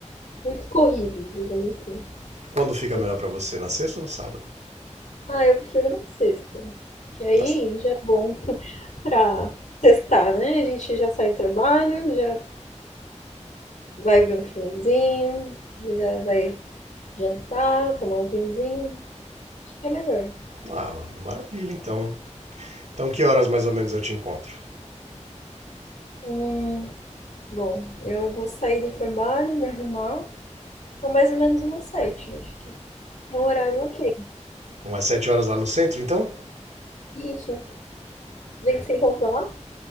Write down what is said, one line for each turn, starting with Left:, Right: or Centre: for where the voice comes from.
Left: muito corrido, digamos assim.
Right: Quando fica
Left: Muito-
Right: melhor pra você? Na sexta ou no sábado?
Left: Ah, eu prefiro na sexta. Que aí
Right: Na-
Left: já dá pra sextar, né? A gente já sai do trabalho, já vai ver um filmezinho, já vai jantar, tomar um vinhozinho. Acho que é melhor.
Right: Ah, maravilha, então. Então que horas mais ou menos eu te encontro?
Left: Hum, bom, eu vou sair do trabalho, me arrumar. São mais ou menos umas sete, acho que é um horário ok.
Right: Umas sete horas lá no centro, então?
Left: Isso. A gente se encontra lá?